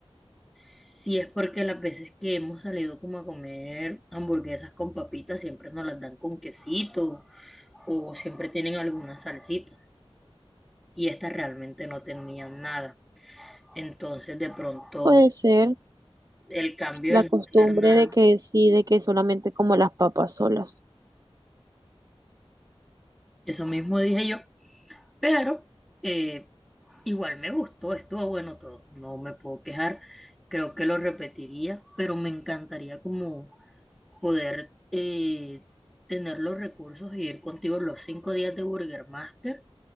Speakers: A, in the centre; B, on the right.
A: si es porque las veces que hemos salido como a comer hamburguesas con papitas siempre nos las dan con quesito o siempre tienen alguna salsita. Y estas realmente no tenían nada. Entonces, de pronto,
B: Puede ser
A: el cambio
B: la
A: del
B: costumbre
A: no tener nada,
B: de que sí, de que solamente como las papas solas.
A: eso mismo dije yo. Pero, eh, Igual me gustó, estuvo bueno todo, no me puedo quejar, creo que lo repetiría, pero me encantaría como poder eh, tener los recursos y ir contigo los cinco días de Burger Master,